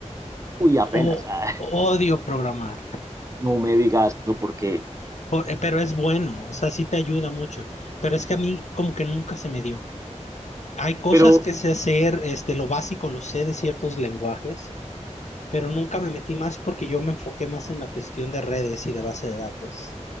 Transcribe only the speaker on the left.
O,
odio programar,
eh, pero es bueno, o sea, sí te ayuda mucho, pero es que a mí como que nunca se me dio. Hay cosas
que sé hacer, este, lo básico lo sé de ciertos lenguajes, pero nunca me metí más porque yo me enfoqué más en la cuestión de redes y de base de datos.